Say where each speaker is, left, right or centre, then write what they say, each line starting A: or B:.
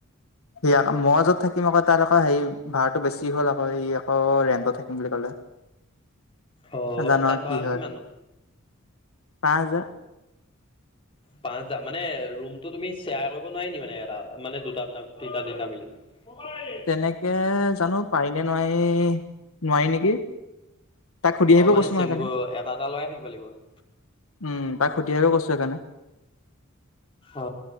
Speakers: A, on the left; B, on the left.
A: সি আ মই য'ত থাকিম আক তাৰ আকৌ সেই ভাৰাটো বেছি হ'ল আক সি আকৌ ৰেণ্টত থাকিম বুলি ক'লে।
B: অ
A: জানো
B: তাত ভাড়াটো
A: কি হয়।
B: কিমান নো?
A: পাঁচ হাজাৰ?
B: পাঁচ হাজাৰ মানে ৰুমটো তুমি শ্বেয়াৰ কৰিব নোৱাৰি নি মানে, এটা এটা মানে দুটা দুটা ৰোম তিনিটা তিনিটা মিলি। <unintelligible>
A: তেনেকে জানো পাৰিনে নোৱাই, নোৱাৰি নেকি। তাক সুধি আহিব
B: অ মানে
A: কৈছো
B: চিংগ
A: মই সেইকাৰণে
B: এটা এটা লৰা থাকিব লাগিব মানে।
A: উম তাক সুধি আহিব কৈছো সেই কাৰণে।
B: অ